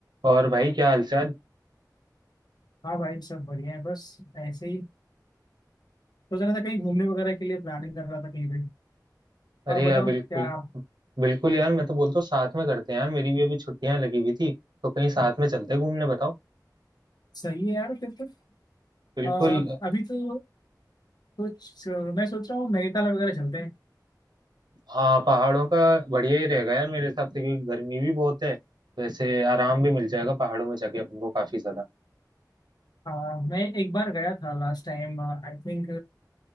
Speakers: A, on the right; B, on the left.
A: और भाई क्या हालचाल
B: हाँ भाई सब बढ़िया है बस ऐसे ही सोच रहा था कहीं घूमने वगैरह के लिए प्लानिंग कर रहा था कहीं पे
A: अरे
B: आप बताओ
A: यार बिल्कुल
B: क्या आप
A: बिल्कुल यार मैं तो बोलता हूँ साथ में करते हैं यार मेरी भी अभी छुट्टियां लगी हुई थी तो कहीं साथ में चलते हैं घूमने बताओ
B: सही है यार फिर तो
A: बिल्कुल
B: आ, अभी तो कुछ मैं सोच रहा हूँ नैनीताल वगैरह चलते हैं
A: हाँ पहाड़ों का बढ़िया ही रहेगा यार मेरे हिसाब से क्योंकि गर्मी भी बहुत है तो ऐसे आराम भी मिल जाएगा पहाड़ों में जाके अपन को काफी ज्यादा
B: आ, मैं एक बार गया था लास्ट टाइम आई थिंक